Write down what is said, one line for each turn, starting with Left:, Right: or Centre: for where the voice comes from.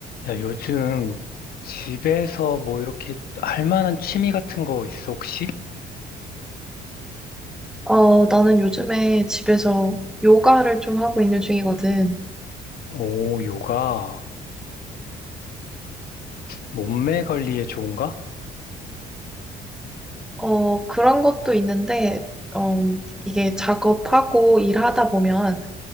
Left: 야, 요즘 집에서 뭐 이렇게 할 만한 취미 같은 거 있어, 혹시?
Centre: 어, 나는 요즘에 집에서 요가를 좀 하고 있는 중이거든.
Left: 오, 요가. 몸매 관리에 좋은가?
Centre: 어, 그런 것도 있는데, 어, 이게 작업하고 일하다 보면